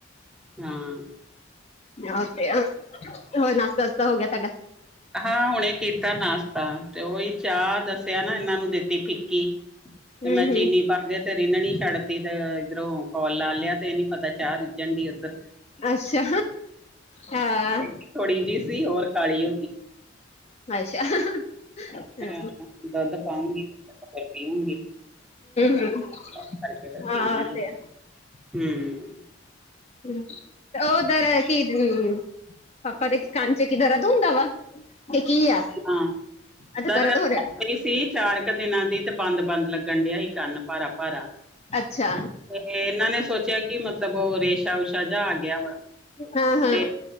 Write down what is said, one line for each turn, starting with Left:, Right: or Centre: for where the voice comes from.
Centre: ਹਾਂ।
Left: ਔ ਤੇ ਆ, ਹੋਰ ਨਾਸਤਾ-ਵਾਸਤਾ ਹੋ ਗਿਆ ਤੁਹਾਡਾ?
Centre: ਹਾਂ, ਹੁਣੇ ਕੀਤਾਂ ਨਾਸ਼ਤਾ ਤੇ ਓਹੀ ਚਾਹ ਦੱਸਿਆ ਨਾ ਇਨਾਂ ਨੂੰ ਦਿੱਤੀ ਫਿੱਕੀ
Left: ਹੂੰ
Centre: ਤੇ ਮੈਂ
Left: ਹੂੰ
Centre: ਚੀਨੀ ਪਾ ਕੇ ਤੇ ਰਿਨਣੀ ਛੱਡ ਤੀ, ਤੇ ਇੱਧਰੋਂ ਕੋਲ ਲਾ ਲਿਆ ਤੇ ਏਹ ਨੀ ਪਤਾ ਚਾਹ ਰਿੱਜਣ ਡੀ ਓਧਰ।
Left: ਅੱਛਾ। ਹਾਂ
Centre: ਔ ਥੋੜ੍ਹੀ ਜੀ ਸੀ ਹੋਰ ਕਾਲੀ ਹੋ ਗੀ।
Left: ਅੱਛਾ। ਹੂੰ
Centre: ਹਾਂ ਦੁੱਧ ਪਾਉਂਗੀ ਫੇਰ ਪੀਊਂਗੀ। ਕੰਮ
Left: ਹੂੰ
Centre: ਕਰਕੇ ਫਿਰ
Left: ਹਾਂ
Centre: ਪੀਨੇ ਆਂ,
Left: ਤੇ
Centre: ਹੂੰ।
Left: ਹੂੰ, ਤੇ ਓਧਰ ਕੀ ਪੁ ਪਾਪਾ ਦੇ ਇਕ ਕੰਨ ਚ ਕੀ ਦਰਦ ਹੁੰਦਾ ਵਾ, ਤੇ ਕੀ ਆ?
Centre: ਹਾਂ,
Left: ਅੱਛਾ
Centre: ਦਰਦ
Left: ਹੋ ਰਿਹਾ
Centre: ਸੀ ਚਾਰ ਕ ਦਿਨਾਂ ਦੀ ਤੇ ਬੰਦ-ਬੰਦ ਲੱਗ ਰਡਿੰਆ ਹੀ ਕਾਨ ਭਾਰਾ-ਭਾਰਾ।
Left: ਅੱਛਾ
Centre: ਤੇ ਏਨਾਂ ਨੇ ਸੋਚਿਆ ਕਿ ਮਤਲਬ ਓਹ ਰੇਸ਼ ਛਾ ਉਸ਼ਾ ਜਾ ਆ ਗਿਆ ਵਾ
Left: ਹਾਂ ਹਾਂ
Centre: ਤੇ